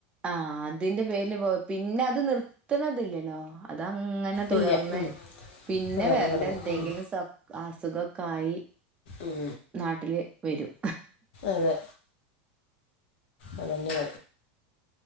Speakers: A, on the right; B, on the left.
A: ആഹ് അതിന്റെ പേരില് പോ പിന്നെ അത് നിർത്ത്ണതില്ലല്ലോ അതങ്ങനെ തുടർന്ന്
B: ഇല്ല ഉം
A: പിന്നെ
B: തുടർന്നങ്ങനെ
A: വേരലെന്തെങ്കിലും
B: പോകും ഉം
A: അസുഗോക്കായി
B: ഉം
A: നാട്ടില് വരും
B: അതെ അതെന്നെ